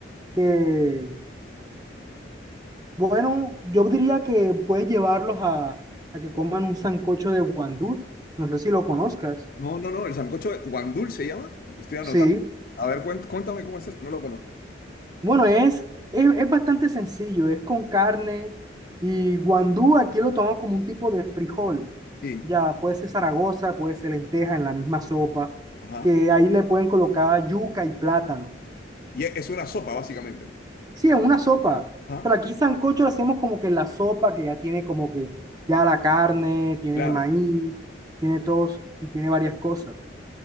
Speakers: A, on the right; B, on the left.
A: que, bueno, yo diría que puedes llevarlos a, a que coman un sancocho de guandú. No sé si lo conozcas.
B: No, no, no, el sancocho de- guandul se llama. Estoy anotando.
A: Sí.
B: A ver, cuen- cuéntame cómo es esto, no lo conozco.
A: Bueno, es, es, es bastante sencillo. Es con carne y guandú aquí lo tomamos como un tipo de frijol.
B: Sí,
A: Ya, puede ser Zaragoza, puede ser lenteja en la misma sopa,
B: ajá.
A: que ahí le pueden colocar yuca y plátano.
B: Y es es una sopa, básicamente.
A: Sí, es una sopa.
B: Ajá,
A: Pero aquí sancocho lo hacemos como que la sopa que ya tiene como que ya la carne, tiene
B: claro,
A: maíz, tiene todos y tiene varias cosas.